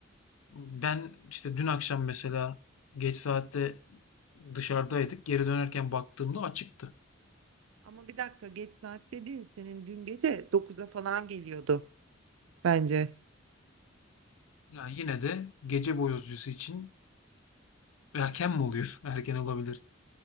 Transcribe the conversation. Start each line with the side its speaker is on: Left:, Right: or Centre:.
Left: ben işte dün akşam mesela geç saatte dışarıdaydık. Geri dönerken baktığımda açıktı.
Right: Ama bir dakika geç saat dediğin senin dün gece 9'a falan geliyordu bence.
Left: Yani yine de gece boyozcusu için erken mi oluyor? <laughs> Erken olabilir.